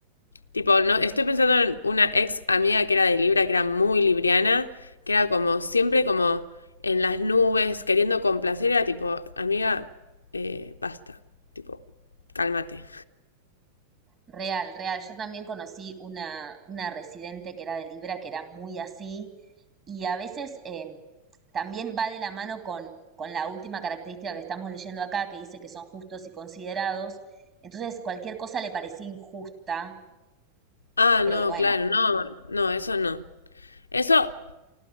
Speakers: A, on the left; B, on the right.
A: Tipo, no, estoy pensando en una ex amiga que era de Libra, que era muy libriana, que era como siempre como en las nubes, queriendo complacer, era tipo, amiga, eh, basta, tipo, cálmate.
B: Real, real. Yo también conocí una, una residente que era de Libra, que era muy así. Y a veces eh, también va de la mano con, con la última característica que estamos leyendo acá, que dice que son justos y considerados. Entonces, cualquier cosa le parecía injusta,
A: Ah,
B: pero
A: no,
B: bueno,
A: claro, no, no, eso no. Eso